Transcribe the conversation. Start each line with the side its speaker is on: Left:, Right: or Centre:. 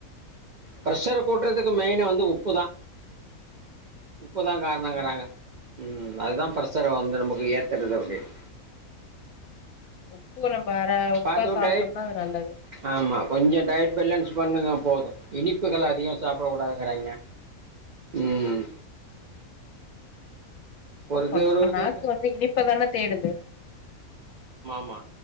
Right: பிரஷர கூட்றதுக்கு மெய்னா வந்து உப்புதா உப்புதா காரணங்கறாங்க
Left: ஆமா
Right: உம் அதுதா பிரஷர வந்து நமக்கு ஏத்தறது அப்டின்னு
Left: உப்பு நம்ப அர உப்பா
Right: பார்த்தோ
Left: சாப்ட்டோம்னா
Right: டயட்
Left: அது நல்லது
Right: ஆமா கொஞ்ச டயட் பேலன்ஸ் பண்ணுங்க போதும் இனிப்புகள் அதிகம் சாப்புடக் கூடாதுங்கறாய்ங்க உம்
Left: அப்போ
Right: இது
Left: நம்ம
Right: ஒரு ஒருத்தருக்கு
Left: நாக்கு வந்து இனிப்பதான தேடுது
Right: ஆமா